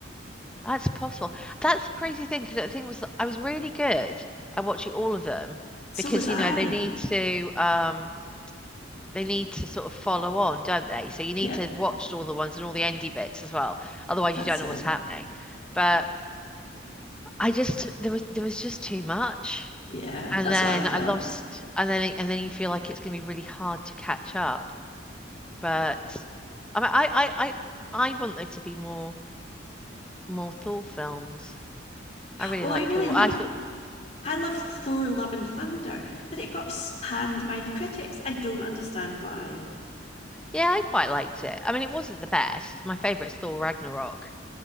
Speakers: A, in the centre; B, on the left.
A: That's possible. That's the crazy thing because the thing was that I was really good at watching all of them
B: So
A: because
B: was I.
A: you know they need to um they need to sort of follow on, don't they? So you need
B: Yeah,
A: to watch all the ones and all the endy bits as well. Otherwise,
B: that's
A: you don't know
B: it.
A: what's happening. But I just there was there was just too much,
B: Yeah,
A: and
B: that's
A: then
B: what I felt.
A: I lost, and then and then you feel like it's going to be really hard to catch up. But I mean, I, I, I, I want there to be more more Thor films. I really
B: Oh,
A: like
B: I really
A: Thor.
B: liked.
A: I thought,
B: I loved Thor: Love and Thunder, but it got panned by the critics. I don't understand why.
A: yeah, I quite liked it. I mean, it wasn't the best. My favorite's Thor Ragnarok.